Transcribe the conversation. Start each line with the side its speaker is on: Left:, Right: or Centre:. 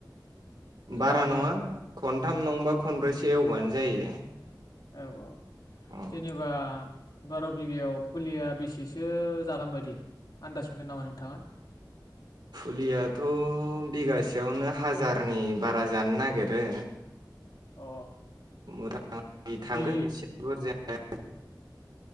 Left: ओमफाय
Right: बारा नङा खनथाम नंबा खनब्रैसो एवबानो जायो।
Left: औ- औ।
Right: अ
Left: जेनेबा बार' बिगायाव पुलिया बेसेसो जागोन बायदि आनन्दाज मोनगोन नामा नोंथाङा?
Right: फुलियाथ' बिगासेयावनो हाजारनि बारा जानो नागिरो
Left: अ
Right: मथा-मथि थांगोन
Left: बि
Right: एसे बुरजाया